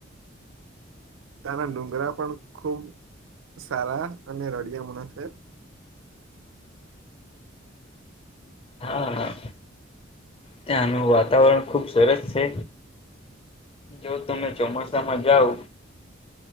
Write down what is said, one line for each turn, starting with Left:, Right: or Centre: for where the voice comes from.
Right: તારા ડુંગરા પણ ખુબ સારા અને રડિયામણા છે.
Left: હા, હા ત્યાંનું વાતાવરણ ખુબ સરસ છે. જો તમે ચોમાસામાં જાવ.